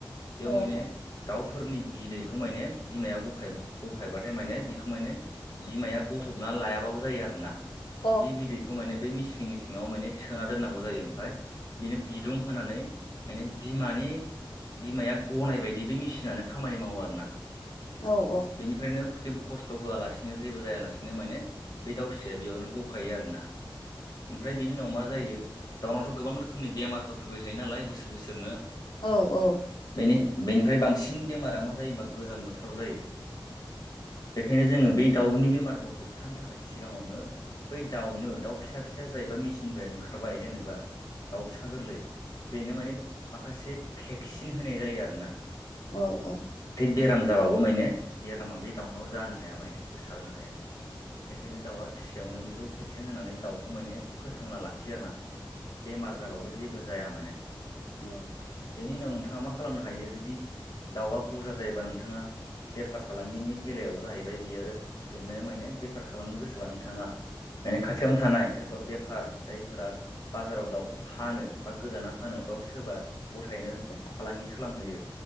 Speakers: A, on the left (about 50°); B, on the left (about 70°).
A: बेयाव माने
B: औ औ
A: दाव फोरनि बिदैखौ माने बिमाया गफाय गफायबाथाय माने बेखौ माने बिमाया गजब ना लायाबाबो जायो आरोना
B: औ
A: बि बिदैखौ माने बे मिसिंनि सिङाव माने सोना दोननांगौ जायो। ओमफाय बिनो बिदुं होनानै माने बिमानि बिमाया गनायबाय दि बे मेसिनानो खामानि मावो आरो ना।
B: औ।
A: बेनिफ्रायनो जेबो खस्थ' होआलासिनो जेबो जायालासिनो माने बे दाउ फिसाया बेयावनो गफायो आरोना। ओमफ्राय बिनि उनाव मा जायो दाउनावथ' गोबां रोखोमनि बेमारफोर फैबाय थायो नालाय बोसोर बोसोरनो
B: औ औ।
A: बेनि बेनिफ्राय बांसिन बेमारा मा जायोबा गोजां बोथोराव जायो। बेखायनो जोङो बै दाउनि बेमारखौ होबथानो थाखाय सिगाङावनो बै दाउनो दाउ फिसा फिसा जायबा मिसिननिफ्राय ओं ओंखारबाय जेनेबा दाउसा गोरलै बेनो माने माखासे भेक्सिन होनाय जायो आरो ना।
B: औ औ।
A: बेराम जाबाबो माने बेरामा बे दाउनाव जानो हाया माने गोसारनो हाया। बेखायनो दाउआ फिसायावनो बेखौ भेक्सिन होनानै दाउखौ माने फोथांना लाखियो आरोना बेमार जाबाबो जेबो जाया माने।
B: औ।
A: बेनि उनाव नोंथाङा मा खालामनो हायो जुदि दाउआ बुरजा जायोबा नोंथाङा बेफार फालांगिनि बेलायाव जाहैबाय बियो जोबनाया माने बेफार खालामनो गोसोबा नोंथाङा माने खाथियावनो थानाय सोरबा बेफार जायफोरा बाजाराव दाउखौ फानो बा गोदाना फानो बा सोरबा गथायैनो
B: औ
A: फालांगि खालामहैयो